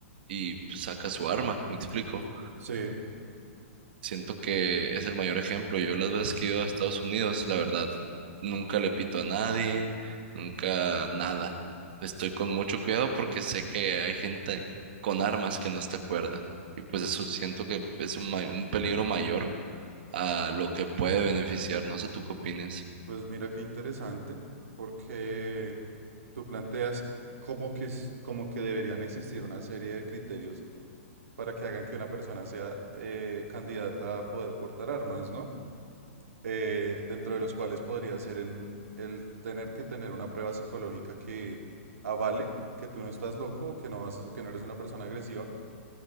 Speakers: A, on the right; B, on the right.
A: y pues, saca su arma, ¿me explico?
B: Sí,
A: Siento que es el mayor ejemplo. Yo las veces que he ido a Estados Unidos, la verdad, nunca le pito a nadie, nunca nada. Estoy con mucho cuidado porque sé que hay gente con armas que no está cuerda. Y pues eso siento que es un, ma- un peligro mayor a lo que puede beneficiar. No sé tú qué opines.
B: pues mira qué interesante, porque tú planteas como que, es- como que deberían existir una serie de criterios para que hagan que una persona sea eh, candidata a poder portar armas, ¿no? Eh, dentro de los cuales podría ser el, el tener que tener una prueba psicológica que avale que tú no estás loco, o que no vas a- que no eres una persona agresiva,